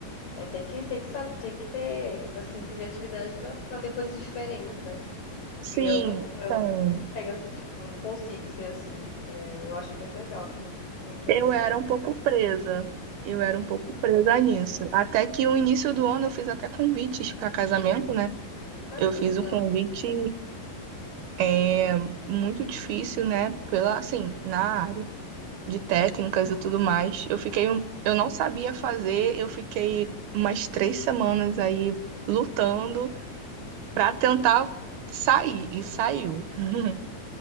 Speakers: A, on the left; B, on the right.
A: é, tem que, tem que saber, tem que ter, tipo assim, criatividade pra fazer coisas diferentes, né?
B: Sim,
A: E eu não, eu
B: então,
A: não tenho esse tipo, eu não consigo ser assim. É, eu acho bem legal quem, quem tem
B: eu
A: essa.
B: era um pouco presa. Eu era um pouco presa nisso. Até que no início do ano eu fiz até convites para casamento, né?
A: Olha
B: Eu
A: que
B: fiz
A: legal.
B: um convite é, muito difícil, né? Pela, assim, na área. de técnicas e tudo mais. Eu fiquei, um- eu não sabia fazer, eu fiquei umas três semanas aí lutando para tentar sair e saiu. <laughs>